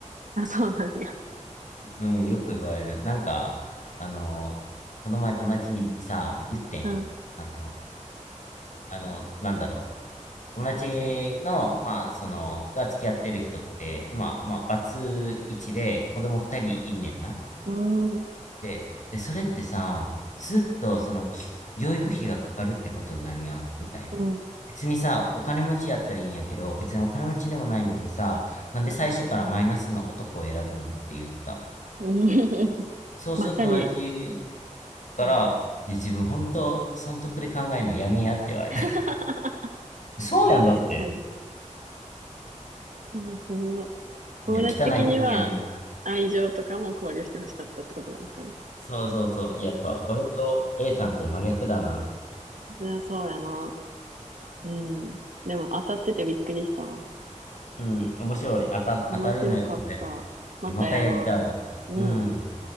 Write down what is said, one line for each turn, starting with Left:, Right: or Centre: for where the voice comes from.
Right: あ、そうなんや。
Left: うん、よく言われる。なんか、あの、この前友達にさ、言ってん。
Right: うん、
Left: あの、あの、なんだろう。友達の、まあ、その、が付き合ってる人って、今、まあ、バツイチで子供二人いんねんな。
Right: うん、
Left: で、で、それってさ、ずっと、その、き教育費がかかるってことになるやん、みたいな。
Right: うん、
Left: 別にさ、お金持ちやったらいいんやけど、別にお金持ちでもないのにさ、なんで最初からマイナスの男を選ぶんって言った。
Right: うん。<laughs>
Left: そうすると友達
Right: まさに。
Left: から、
Right: うん、
Left: いや、自分本当、損得で考えるのやめやって言われた。
Right: <laughs> 確
Left: <laughs> そうやんだって。
Right: かに。まあ、その、友達的には愛情とかも考慮してほしかったってことなのかな。
Left: いや、汚い人間やな。そうそうそう。やっぱ、俺と A さんって真逆だな。
Right: いやそうやな。うん。でも当たっててびっくりしたわ。
Left: うん、面白い。当た、当たるね、
Right: 面白かった。
Left: これ。
Right: またやろ
Left: またやりたい。
Right: う。うん。
Left: うん。